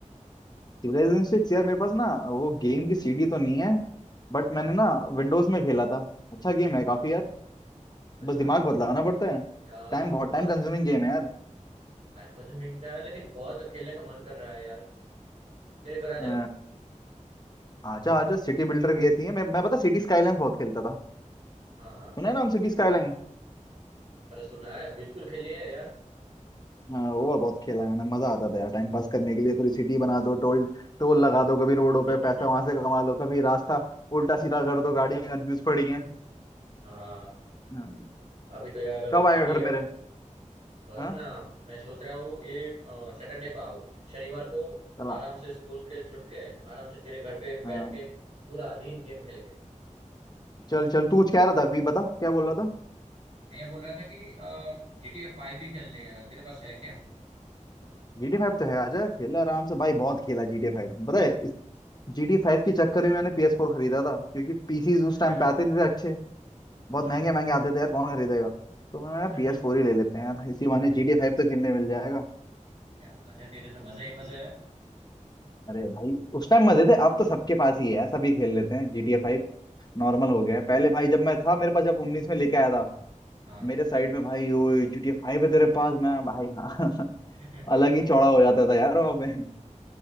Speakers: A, on the left; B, on the right.
A: सिविलाइजेशन सिक्स यार मेरे पास ना वो गेम की सीडी तो नहीं है बट
B: हाँ
A: मैंने ना विंडोज में खेला था अच्छा गेम है काफी यार
B: अच्छा
A: बस दिमाग बहुत लगाना पड़ता है
B: यार
A: टाइम बहुत
B: बहुत
A: टाइम कंज्यूमिंग गेम है यार
B: टाइम कंज्यूमिंग है लेकिन बहुत खेलने का मन कर रहा है यार तेरे घर आ
A: अ,
B: जाओ
A: आजा आजा सिटी बिल्डर गेसी है मैं मैं पता सिटी स्काईलाइंस बहुत खेलता था
B: हाँ हाँ
A: सुना है ना हम सिटी स्काईलाइन
B: अरे सुना है बिल्कुल खेलिए यार
A: हाँ वो बहुत खेला है मैंने मजा आता था यार टाइम पास करने के लिए पूरी सिटी बना दो टोल टोल
B: हाँ
A: लगा दो कभी रोडों पे
B: <laughs>
A: पैसे वहां से कमा लो कभी रास्ता उल्टा सीधा कर दो गाड़ियां कंफ्यूज पड़ी हैं
B: हाँ
A: हाँ,
B: अभी तो यार
A: कब आएगा
B: G T A
A: घर मेरे
B: घर
A: हाँ
B: ना मैं सोच रहा हूँ ये सैटरडे को आओ शनिवार को
A: चला
B: आराम से स्कूल के छुट के आराम से तेरे घर पे
A: हाँ
B: बैठ के पूरा दिन गेम खेलेंगे
A: चल चल
B: चल
A: तू कुछ कह रहा था अभी बता क्या बोल रहा था
B: मैं ये बोल रहा था कि GTA 5 भी खेलने है तेरे पास है क्या
A: GTA 5 तो है आजा खेला आराम से भाई बहुत खेला GTA 5 पता है इस GTA 5 के चक्कर में मैंने PS4 फोर खरीदा था क्योंकि पीसी उस
B: अच्छा
A: टाइम पे आते नहीं थे अच्छे बहुत
B: हाँ
A: महंगे महंगे आते थे यार कौन खरीदेगा तो मैंने
B: <laughs> क्या
A: PS4 ही ले लेते हैं यार इसी बहाने GTA 5 तो खेलने मिल जाएगा
B: बात है तेरे तो मजे ही मजे है
A: अरे भाई उस टाइम मजे थे अब तो सबके पास ही है यार, सभी खेल लेते हैं GTA 5 नॉर्मल हो गया है पहले भाई जब मैं था मेरे पास जब उन्नीस में लेके आया था
B: हाँ
A: मेरे साइड में भाई ओ GTA 5 है तेरे पास मैं भाई हाँ <laughs>
B: <laughs>
A: अलग ही चौड़ा हो जाता था यार वहाँ पे